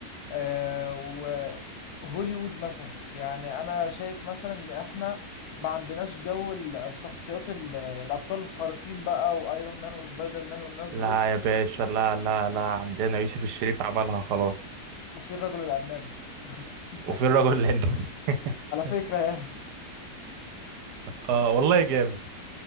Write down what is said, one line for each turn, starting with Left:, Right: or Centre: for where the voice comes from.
Left: آه، وهوليوود مثلا يعني انا شايف مثلا ان احنا ما عندناش جو ال- الشخصيات ال- الابطال الخارقين بقى وايرون مان وسبايدر مان والناس
Right: لا
Left: دول
Right: يا باشا لا لا لا عندنا يوسف الشريف عملها خلاص
Left: وفي الرجل العناب <laughs>
Right: وفي الرجل الهندي
Left: على فكرة
Right: <laughs>
Left: يعني
Right: اه والله جامد